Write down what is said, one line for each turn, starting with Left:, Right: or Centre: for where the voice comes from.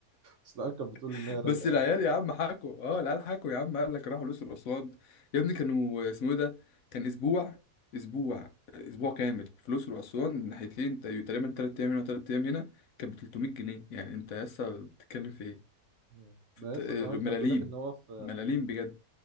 Right: بس العيال كانت بتقول
Left: <laughs>
Right: ان هي رايقه
Left: بس العيال
Right: يعني
Left: يا عم حكوا اه العيال حكوا يا عم قال لك راحوا الاقصر واسوان يا ابني كانوا اسمه ايه ده كان اسبوع اسبوع اسبوع كامل في الاقصر واسوان الناحيتين ت- تقريبا ثلاث ايام هنا وثلاث ايام هنا كانت ب 300 جنيه يعني انت لسه بتتكلم في ايه
Right: مم.
Left: في
Right: ده
Left: الت-
Right: يسطا كمان
Left: ملاليم
Right: كان بيقول لك ان هو في
Left: ملاليم بجد